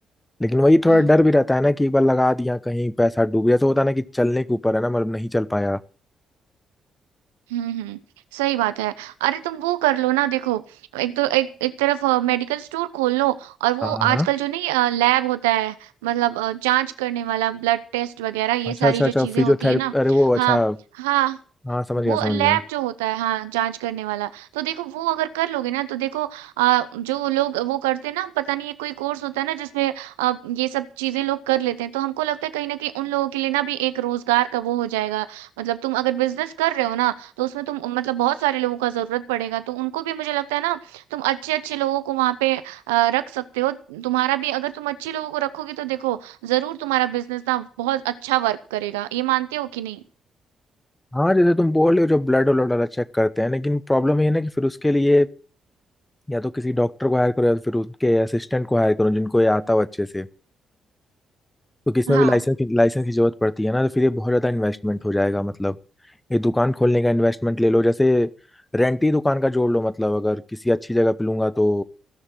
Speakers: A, on the left; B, on the right.
A: लेकिन वही थोड़ा
B: हम्म
A: डर भी रहता है ना कि एक बार लगा दिया कहीं पैसा डूब गया तो होता है ना कि चलने के ऊपर है ना मतलब नहीं चल पाया
B: हम्म हम्म, सही बात है अरे तुम वो कर लो ना देखो एक तो एक एक तरफ मेडिकल स्टोर खोल लो और वो
A: हाँ हाँ हाँ,
B: आजकल जो नहीं लैब होता है मतलब अ, जांच करने वाला ब्लड टेस्ट वगैरह ये
A: अच्छा
B: सारी
A: अच्छा
B: जो
A: अच्छा
B: चीजें
A: फिजियोथेरेपी
B: होती है ना
A: अरे वो
B: हाँ
A: अच्छा
B: हाँ
A: हाँ समझ गया
B: वो
A: समझ
B: लैब
A: गया
B: जो होता है हाँ जांच करने वाला तो देखो वो अगर कर लोगे ना तो देखो आ, जो लोग वो करते हैं ना पता नहीं ये कोई कोर्स होता है ना जिसमें आ, ये सब चीजें लोग कर लेते हैं तो हमको लगता है कहीं ना कहीं उन लोगों के लिए ना भी एक रोजगार का वो हो जाएगा मतलब तुम अगर बिजनेस कर रहे हो ना तो उसमें तुम मतलब बहुत सारे लोगों का जरूरत पड़ेगा तो उनको भी मुझे लगता है ना तुम अच्छे अच्छे लोगों को वहां पे आ, रख सकते हो तुम्हारा भी अगर तुम अच्छे लोगों को रखोगे तो देखो जरूर तुम्हारा बिजनेस ना बहुत अच्छा वर्क करेगा ये मानते हो कि नहीं
A: हाँ जैसे तुम बोल रहे हो जो ब्लड व्लड वाला चेक करते हैं लेकिन प्रॉब्लम ये है ना कि फिर उसके लिए या तो किसी डॉक्टर को हायर करो या तो फिर उनके असिस्टेंट को हायर करो जिनको ये आता हो अच्छे से तो किसमें
B: हाँ
A: भी लाइसेंस की लाइसेंस की जरूरत पड़ती है ना तो फिर ये बहुत ज़्यादा इन्वेस्टमेंट हो जाएगा मतलब ये दुकान खोलने का इन्वेस्टमेंट ले लो जैसे रेंट ही दुकान का जोड़ लो मतलब अगर किसी अच्छी जगह पे लूंगा तो